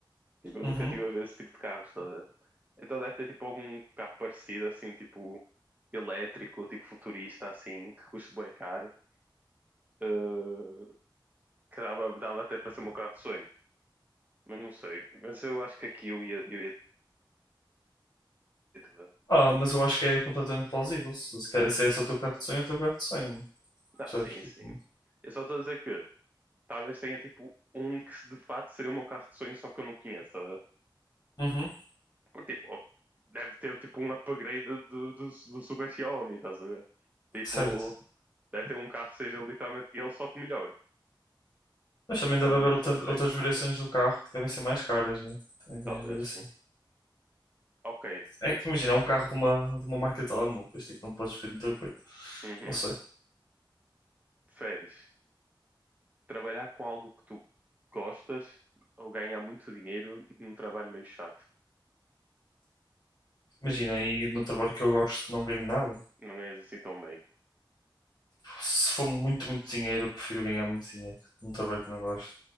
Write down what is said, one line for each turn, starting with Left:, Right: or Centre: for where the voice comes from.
Right: Tipo, eu
Left: Uhum.
Right: nunca tive a ver esse tipo de carros, estás a ver? Então deve ter tipo algum carro parecido, assim, tipo, elétrico, tipo futurista, assim, que custa bué caro. eh, que dava, dava até para ser o meu carro de sonho. Mas não sei. Mas eu acho que aqui eu ia, eu ia ter tudo.
Left: Ah, mas eu acho que é completamente plausível. Se, se quer- se esse é o teu carro de sonho, é o teu carro de sonho. mano.
Right: Não,
Left: Percebes?
Right: sim,
Left: Tipo...
Right: sim. Eu só estou a dizer que talvez tenha tipo um que de fato seria o meu carro de sonho, só que eu não conheço, estás
Left: Uhum.
Right: Porque, tipo, deve ter tipo um upgrade do, do, do Super Xiaomi, estás a ver? Tipo,
Left: Certo.
Right: deve ter um carro que seja literalmente ele só que melhor.
Left: Mas também
Right: Então,
Left: deve haver
Right: eu
Left: outra-
Right: só sei,
Left: outras variações do carro que devem ser mais caras, né? Também tens
Right: talvez
Left: de ver assim.
Right: sim. Ok,
Left: É que imagina, é um carro de uma, de uma marca de telemóveis, tipo, não podes ver muita coisa.
Right: uhum.
Left: Não sei.
Right: Preferes trabalhar com algo que tu gostas ou ganhar muito dinheiro num trabalho meio chato?
Left: Imagina, e no trabalho que eu gosto não ganho nada.
Right: Não ganhas assim tão bem.
Left: Se for muito, muito dinheiro, eu prefiro ganhar muito dinheiro num trabalho que não gosto.